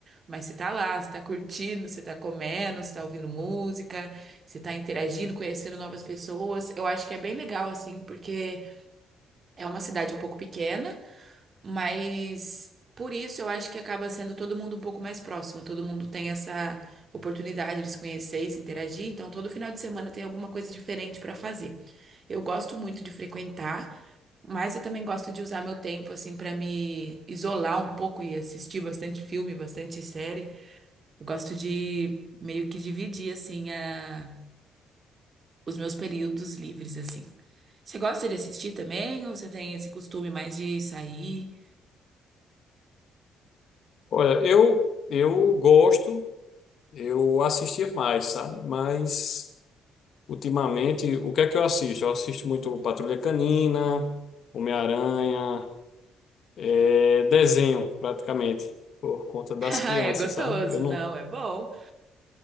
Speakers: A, on the right (about 40°); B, on the left (about 65°).
A: Mas você tá lá, você tá curtindo, você tá comendo, você tá ouvindo música, você tá interagindo, conhecendo novas pessoas. Eu acho que é bem legal, assim, porque é uma cidade um pouco pequena. Mas por isso eu acho que acaba sendo todo mundo um pouco mais próximo, todo mundo tem essa oportunidade de se conhecer e se interagir, então todo final de semana tem alguma coisa diferente para fazer. Eu gosto muito de frequentar, mas eu também gosto de usar meu tempo assim para me isolar um pouco e assistir bastante filme, bastante série. Eu gosto de meio que dividir assim a- os meus períodos livres assim. Você gosta de assistir também ou você tem esse costume mais de sair?
B: Olha, eu eu gosto, eu assistia mais, sabe? Mas Ultimamente, o que é que eu assisto? Eu assisto muito Patrulha Canina, Homem-Aranha, é, desenho, praticamente, por conta
A: <laughs>
B: das
A: Ah,
B: crianças,
A: é gostoso,
B: sabe? Eu não,
A: não, é bom.